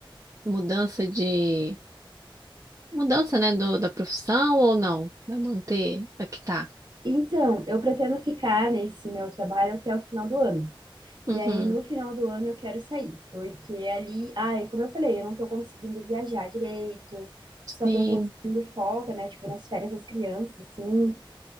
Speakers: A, on the right (about 35°); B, on the right (about 55°).
A: mudança de mudança, né, do, da profissão ou não? Vai manter a que tá?
B: Então, eu pretendo ficar nesse meu trabalho até o final do ano.
A: Uhum.
B: E aí, no final do ano, eu quero sair, porque ali, ai, como eu falei, eu não tô conseguindo viajar direito,
A: Sim,
B: só tô conseguindo folga, né? Tipo, nas férias das crianças, assim.